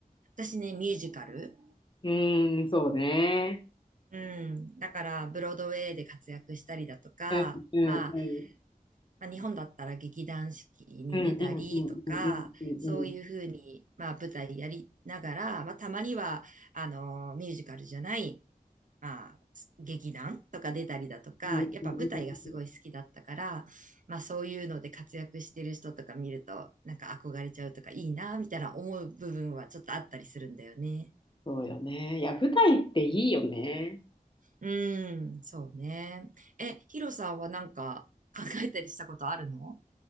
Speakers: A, on the right; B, on the left.
A: 私ね、ミュージカル。
B: うーん、そうね。
A: うん。だから、ブロードウェイで活躍したりだとか、
B: うん、うん、
A: まあ、
B: うん、
A: まあ、日本だったら劇団四季に出たりとか、
B: うん、うん、うん、うん、うん、
A: そういうふうに、
B: うん、
A: まあ、舞台やりながら、まあ、たまには、あの、ミュージカルじゃない、まあ、劇団とか出たりだとか、
B: うん、
A: やっぱ舞台がすごい好きだったから、
B: うん
A: まあ、そういうので活躍してる人とか見ると、なんか憧れちゃうとか、いいな、みたいな思う部分はちょっとあったりするんだよね。
B: そうよね。いや、舞台っていいよね。
A: うん、そうね。え、ヒロさんはなんか考えたりしたことあるの